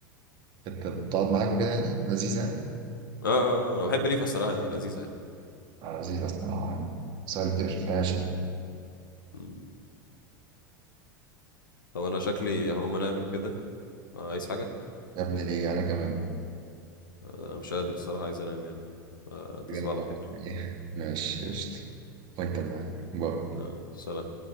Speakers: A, on the right; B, on the left.
A: انت بتقعد معاك وكده يعني لذيذة يعني
B: اه اه آه، انا بحب ليفا الصراحه لذيذه
A: آه، لذيذة الصراحة بس أنا اللي مش فيهاش يعني
B: يعني هو انا شكلي هقوم انام كده عايز حاجة
A: يا ابني ليه أنا كمان
B: أنا مش قادر الصراحة عايز انام يعني آه، تصبح
A: جامد
B: على
A: والله.
B: خير
A: إيه، ماشي قشطة وأنت معايا باي
B: يلا سلام